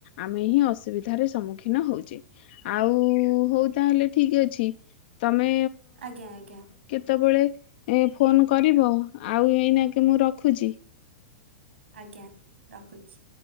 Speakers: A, on the left; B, on the right.
A: ଆମେ ହିଁ ଅସୁବିଧାରେ ସମ୍ମୁଖୀନ ହଉଛେ, ଆଉ ହଉ ତାହେଲେ ଠିକ୍ ଅଛି। ତମେ
B: ଆଜ୍ଞା ଆଜ୍ଞା।
A: ସବୁବେଳେ ଏ ଫୋନ୍ କରିବ ଆଉ ଏଇନାକେ ମୁଁ ରଖୁଛି।
B: ଆଜ୍ଞା ରଖୁଛି।